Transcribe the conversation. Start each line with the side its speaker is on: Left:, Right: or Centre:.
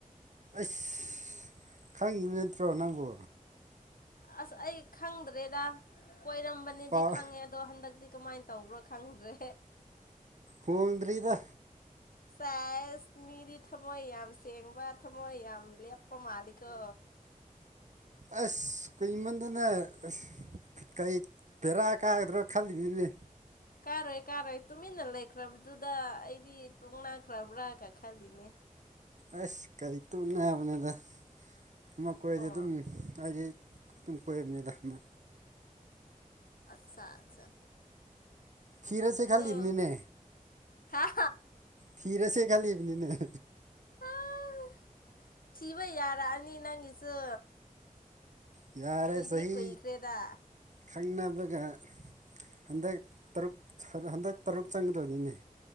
Right: ꯑꯁ ꯈꯪꯉꯤꯕ ꯅꯠꯇ꯭ꯔꯣ ꯅꯪꯕꯨ
Left: ꯑꯁ ꯑꯩ ꯈꯪꯗ꯭ꯔꯦꯗ ꯀꫭꯏꯔꯝꯕꯅꯦꯗꯤ
Right: ꯄꯥꯎ
Left: ꯈꯪꯉꯦ ꯑꯗꯨ ꯑꯗꯣ ꯍꯟꯗꯛꯇꯤ ꯀꯃꯥꯏ ꯇꯧꯕ꯭ꯔꯣ ꯈꯪꯗ꯭ꯔꯦ
Right: ꯍꯣꯡꯗ꯭ꯔꯤꯗ
Left: ꯁꯦꯁ ꯃꯤꯗꯤ ꯊꯝꯃꯣꯏ ꯌꯥꯝ ꯁꯦꯡꯕ ꯊꯝꯃꯣꯏ ꯌꯥꯝ ꯂꯦꯞꯄ ꯃꯥꯜꯂꯤꯀꯣ
Right: ꯑꯁ ꯀꯨꯏꯃꯟꯗꯅ ꯑꯁ ꯀꯩ ꯕꯦꯔꯥ ꯀꯥꯒꯗ꯭ꯔꯣ ꯈꯜꯂꯤꯅꯤꯅꯦ
Left: ꯀꯥꯔꯣꯏ ꯀꯥꯔꯣꯏ ꯇꯨꯃꯤꯟꯅ ꯂꯩꯈ꯭ꯔꯕꯗꯨꯗ ꯑꯩꯗꯤ ꯇꯨꯛꯅꯥꯈ꯭ꯔꯕ꯭ꯔꯥꯒ ꯈꯜꯂꯤꯅꯦ
Right: ꯑꯁ ꯀꯔꯤ ꯇꯨꯛꯅꯕꯅꯣꯗ ꯑꯃ ꯀꯣꯏꯔꯗꯤ
Left: ꯑꯣ
Right: ꯑꯗꯨꯝ ꯑꯩꯗꯤ ꯇꯨꯝꯝ ꯀꯣꯏꯕꯅꯤꯗ ꯑꯃ
Left: ꯑꯠꯁꯥ ꯑꯆꯥ
Right: ꯊꯤꯔꯁꯦ
Left: ꯑꯗꯣ
Right: ꯈꯜꯂꯤꯕꯅꯤꯅꯦ
Left: ꯍꯥ
Right: ꯊꯤꯔꯁꯦ ꯈꯟꯂꯤꯕꯅꯤꯅ‌ꯦ
Left: ꯑꯥ ꯊꯤꯕ ꯌꯥꯔꯛꯑꯅꯤ ꯅꯪꯒꯤꯆꯨ
Right: ꯌꯥꯔꯦ
Left: ꯀꯨꯏꯗꯤ
Right: ꯆꯍꯤ
Left: ꯀꯨꯏꯈ꯭ꯔꯦꯗ
Right: ꯈꯪꯅꯕꯒ ꯍꯟꯗꯛ ꯇꯔꯨꯛ ꯁꯅ ꯍꯟꯗꯛ ꯇꯔꯨꯛ ꯆꯪꯒꯗꯣꯏꯅꯤꯅꯦ